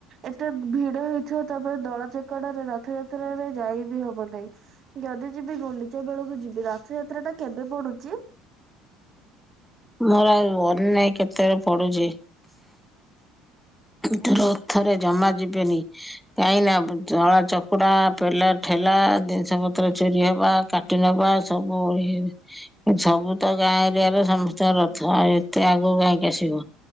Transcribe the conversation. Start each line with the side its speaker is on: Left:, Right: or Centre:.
Right: ଏତେ ଭିଡ ହେଇଥିବ ତାପରେ ଦଳା ଚକଟାରେ ରଥଯାତ୍ରାରେ ଯାଇ ବିି ହବ ନାହିଁ। ଯଦି ଯିବି ଗଣ୍ଡିଚା ବେଳକୁ ଯିବି, ରଥଯାତ୍ରା ଟା କେବେ ପଡୁଚି?
Centre: ମୋର ଆଉ ମନେ ନାଇ କେତେ ରେ ପଡୁଚି। ଏ ଥର ରଥରେ ଜମା ଯିବେନି। କାହିଁ ନା ଦଳା ଚକୁଡା, ପେଲା ଠେଲା, ଜିନିଷ ପତ୍ର ଚୋରି ହବା କାଟି ନବା ସବୁ ଇଏ ହଉଛି। ସବୁ ତ ଗାଁ ଏରିଆରେ ସମସ୍ତଙ୍କ ରଥ, ଆଉ ଏତେ ଆଗକୁ କାହିଁକି ଆସିବ।